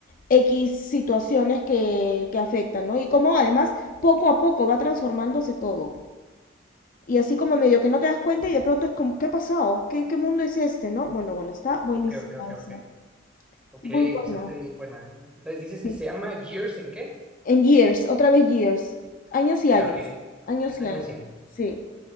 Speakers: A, on the left; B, in the centre.
A: X situaciones que, que afectan, ¿no? Y cómo además poco a poco va transformándose todo. Y así como medio que no te das cuenta y de pronto es como, ¿qué ha pasado? ¿Qué, qué mundo es este, no? Bueno, bueno, está buenísima
B: Ok, ok, ok,
A: esa.
B: ok. Ok,
A: Muy buena.
B: bastante bien. Buena. Entonces dices
A: Sí.
B: que se llama Years, ¿en qué?
A: En Years, otra vez Years. Años y años.
B: Ah, ok.
A: Años
B: Años
A: y años.
B: y años.
A: Sí.